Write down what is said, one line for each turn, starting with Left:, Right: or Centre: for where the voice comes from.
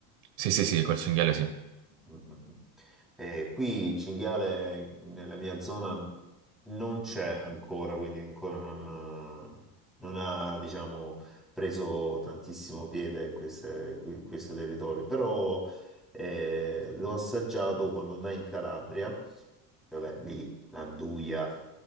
Right: sì, sì, sì, col cinghiale sì.
Centre: Mm, mm, mm. Eh, qui il cinghiale nella mia zona non c'è ancora, quindi ancora non, non ha, diciamo, preso tantissimo piede in queste- qui- questo territorio, però eh, l'ho assaggiato quando andai in Calabria, vabbè, lì l'anduia,